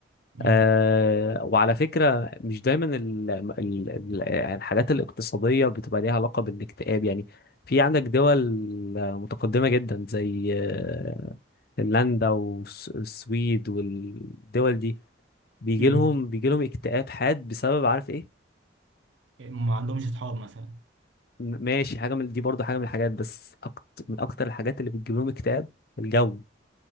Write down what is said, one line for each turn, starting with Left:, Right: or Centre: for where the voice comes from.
Right: امم
Left: آه وعلى فكرة مش دايما ال ال ال يعني الحاجات الاقتصادية بتبقى ليها علاقة بالاكتئاب يعني في عندك دول متقدمة جدا زي آه، فنلندا والسويد والدول دي بيجي
Right: امم
Left: لهم بيجي لهم اكتئاب حاد بسبب عارف ايه
Right: ما عندهمش أصحاب مثلا
Left: م- ماشي حاجة من دي برضو حاجة من الحاجات بس أكت من أكتر الحاجات اللي بتجيب لهم اكتئاب الجو